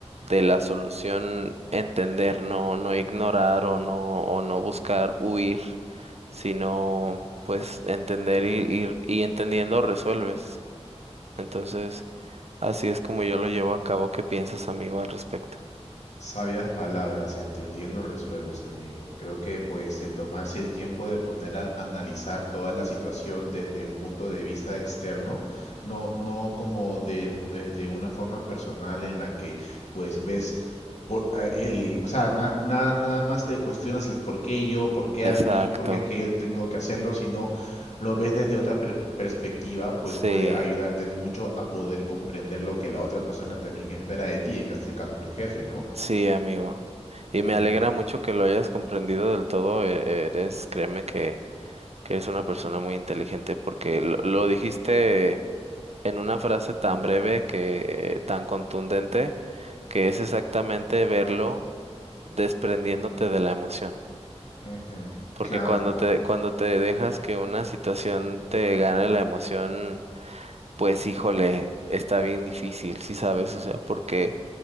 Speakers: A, on the right (about 70°); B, on the left (about 85°).
A: la solución entender, no, no ignorar o no, o no buscar huir, sino pues entender y, ir y entendiendo resuelves. Entonces, así es como yo lo llevo a cabo. ¿Qué piensas, amigo, al respecto?
B: Sabias palabras, entendiendo resuelves, amigo. Creo que pues el tomarse el tiempo de poner a analizar toda la situación desde un punto de vista externo, no, no como de- de- desde una forma personal en la que pues ves por eh, el, o sea, na- na- nada más te cuestionas el por qué yo, por qué
A: Exacto.
B: a mí, por qué es que yo tengo que hacerlo, sino lo ves desde otra per- perspectiva, pues
A: Sí,
B: puede ayudarte mucho a poder comprender lo que la otra persona también espera de ti, en este caso tu jefe, ¿no?
A: sí, amigo. Y
B: Ujú,
A: me alegra mucho que lo hayas comprendido del todo. e- Eres, créeme que, que eres una persona muy inteligente porque lo lo dijiste. en una frase tan breve que tan contundente, que es exactamente verlo desprendiéndote de la emoción.
B: ujú,
A: Porque
B: Claro,
A: cuando te, cuando te dejas que una situación te gane la emoción, pues híjole, está bien difícil, sí sabes? O sea, porque